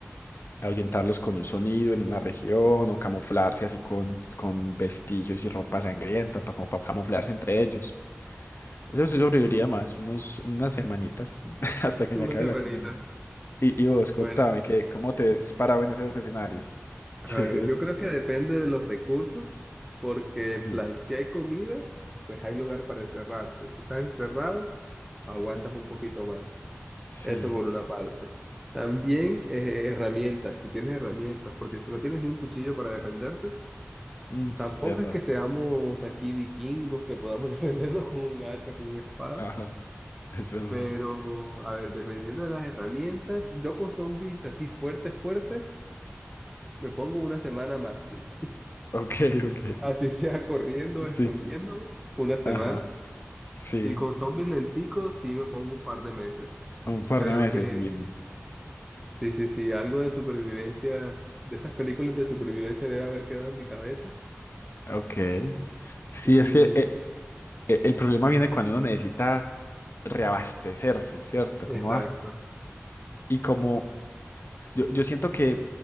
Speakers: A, on the left; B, in the centre.
A: ahuyentarlos con un sonido en una región o camuflarse así con, con vestigios y ropa sangrienta, para, como para camuflarse entre ellos. Eso sí sobreviviría más, unos, unas semanitas <laughs> hasta que
B: unas
A: me acabe
B: semanitas.
A: la comida. Y, y vos, contame,
B: Bueno,
A: que, ¿cómo te ves parado en esos escenarios? <laughs>
B: a
A: ¿Qué-
B: ver,
A: qué
B: yo
A: te-
B: creo que depende de los recursos, porque en
A: Sí.
B: plan, si hay comida, pues hay lugar para encerrarse. Si estás encerrado, aguantas
A: Ujú.
B: un poquito más.
A: Sí,
B: Eso por una parte. También eh, herramientas, si tienes herramientas, porque si no tienes ni un cuchillo para defenderte,
A: Mm,
B: tampoco
A: verdad.
B: es que seamos aquí vikingos que podamos <laughs> defendernos con un hacha, con una espada.
A: Ajá, es verdad.
B: Pero, a ver, dependiendo de las herramientas, yo con zombies así fuertes, fuertes, me pongo una semana máximo.
A: Ok, ok.
B: Así <laughs> sea corriendo,
A: Sí,
B: escondiéndome, una semana.
A: ajá. Sí,
B: Y con zombies lenticos sí me pongo un par de meses.
A: un par
B: Creo
A: de meses,
B: que
A: bien.
B: Sí, sí, sí, algo de supervivencia, de esas películas de supervivencia debe haber quedado en mi cabeza.
A: Ok. Sí,
B: Y
A: es que eh, eh, el problema viene cuando uno necesita reabastecerse, ¿cierto?
B: exacto,
A: Como, ah, y como yo, yo siento que,